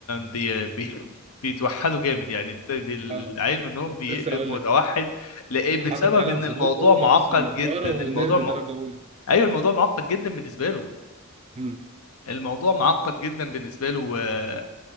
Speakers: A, on the left (about 75°); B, on the right (about 30°).
A: بي... بي... بيتوحدوا جامد يعني بت- العيل
B: اه
A: منهم
B: كنت
A: بيقلب
B: لسه هقول
A: متوحد
B: لك
A: لإيه بسبب
B: حاطط قلم
A: ان
B: في
A: الموضوع
B: بقه ولابس
A: معقد
B: النضاره
A: جدا الموضوع
B: ونرد
A: م...
B: درجه اولى
A: ايوه الموضوع معقد جدا بالنسبه له
B: امم
A: الموضوع معقد جدا بالنسبه له آه...